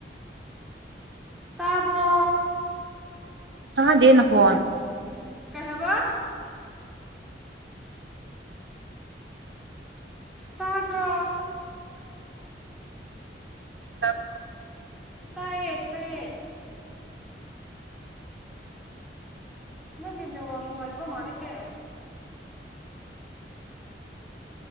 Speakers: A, in the centre; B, on the right (about 85°).
A: ꯇꯥꯕ꯭ꯔꯣ
B: ꯇꯥꯗꯦ ꯅꯈꯣꯟ
A: ꯀꯩ ꯍꯥꯏꯕꯥ ꯇꯥꯕꯔꯣ
B: ꯇꯥꯕꯔꯣ
A: ꯇꯥꯏꯌꯦ ꯇꯥꯏꯌꯦ ꯅꯪꯒꯤ ꯅꯦꯠꯋꯥꯛ ꯅꯨꯉꯥꯏꯇꯥꯕ ꯃꯥꯜꯂꯦ ꯑꯦ